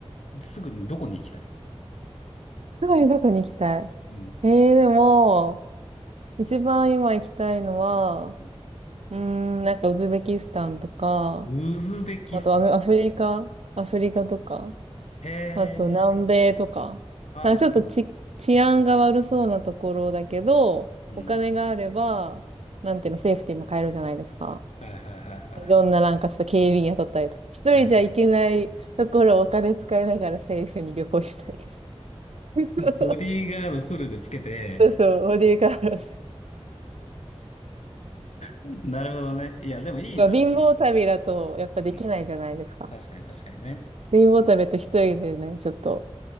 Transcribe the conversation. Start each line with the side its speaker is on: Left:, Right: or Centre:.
Left: すぐにどこに行きたい
Right: すぐにどこに行きたい
Left: うん。
Right: えー、でも、一番今行きたいのは、う
Left: うん
Right: ーん、なんかウズベキスタンとか、
Left: ウズベキスタン。
Right: あとアメ、アフリカ、アフリカとか、
Left: へえ、
Right: あと南米とか、
Left: はいはい。
Right: なんかちょっとち、治安が悪そうなところだけど、
Left: うん。
Right: お金があれば、なんていうの、セーフティーも買えるじゃないですか。
Left: はいはいはいはいはい。
Right: いろんななんかちょっと警備員雇ったりとか、一人じゃ行けないところをお金使いながらセーフに旅行したいです。
Left: うん
Right: <laughs>
Left: ボディーガードフルでつけて、
Right: そうそう、ボディーカラーです。
Left: なるほどね。いや、でもいいな。
Right: まあ貧乏旅だとやっぱできないじゃないですか。
Left: うん確かに確かにね。
Right: 貧乏旅って一人でね、ちょっと